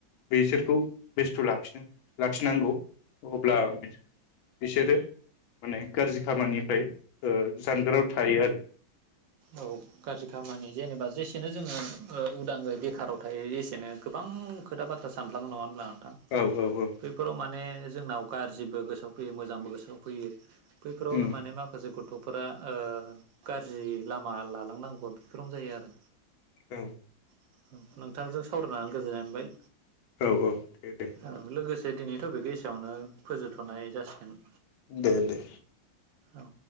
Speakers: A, on the left; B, on the right.
A: बिसोरखौ बेस्थ लाखि लाखिनांगौ अब्ला बिसोरो माने गाज्रि खामानिनिफ्राय जानगाराव थायो आरो
B: औ गाज्रि खामानि जेनेबा जेसेनो जोङो ओ उदाङै बेखाराव थायो एसेनो गोबां खोथा बाथ्रा सानफ्लाङो नङा होनब्ला? थां
A: औ औ औ
B: बैफोराव माने जोंनाव गाज्रिबो गोसोआव फैयो मोजांबो गोसोआव फैयो बैफोरावनो
A: उम
B: माने माखासे गथ फोरा ओ गाज्रि लामा लालां नांगौआ बिफोरावनो जायो आरो
A: औ।
B: <inaudible> नोंथांजों सावरायनानै गोजोननाय मोनबाय।
A: औ औ दे दे
B: औ लोगोसे दिनै <inaudible> एसेयावनो फोजोबथनाय जासिगोन।
A: दे दे।
B: औ।